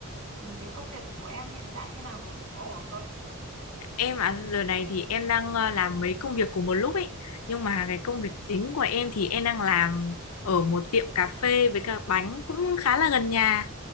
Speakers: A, on the right; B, on the left.
A: ừ, thế công việc của em hiện tại thế nào rồi có ổn không
B: Em ạ, giờ này thì em đang ờ, làm mấy công việc cùng một lúc ấy. Nhưng mà cái công
A: Ừ,
B: việc chính của em thì em đang làm ở một tiệm cà phê với cả bánh cũng khá là gần nhà.